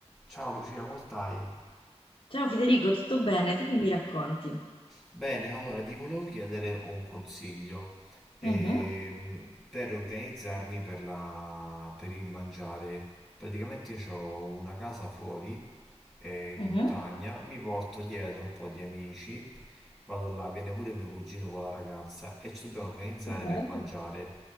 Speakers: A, in the centre; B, on the left (about 50°).
A: Ciao Lucia, come stai?
B: Ciao Federico, tutto bene? Tu che mi racconti?
A: Bene, allora ti volevo chiedere un consiglio ehm,
B: Mhm,
A: per organizzarmi per la- per il mangiare. Praticamente io ho una casa fuori, eh, in
B: mhm,
A: montagna, mi porto dietro un po' di amici, vado là, viene pure il mio cugino con la ragazza e ci dobbiamo organizzare
B: Che bello.
A: per mangiare.